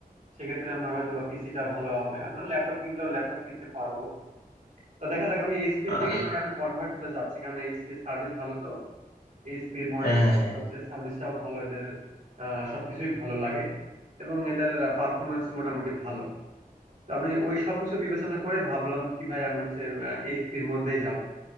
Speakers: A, on the right (about 55°); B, on the left (about 85°).
A: সেক্ষেত্রে আমার হয়তো বা পিসিটা ভালো হবে আমরা ল্যাপটপ কিনলেও ল্যাপটপ কিনতে পারবো তা দেখা যাক আমি এইচপির
B: আর-
A: দিকেই ভাই আমি কনভার্ট হতে চাচ্ছি কারণ এইচপির সার্ভিস ভালো তো এইচপির মডেলটা
B: হ্যাঁ হ্যাঁ হ্যাঁ
A: হচ্ছে সার্ভিসটাও ভালো এদের আহ, সবকিছুই ভালো লাগে এবং এদের পারফরমেন্স মোটামুটি ভালো তো আমি ওই সবকিছু বিবেচনা করে ভাবলাম কি ভাই আমি হচ্ছে এইচপির মধ্যেই যাব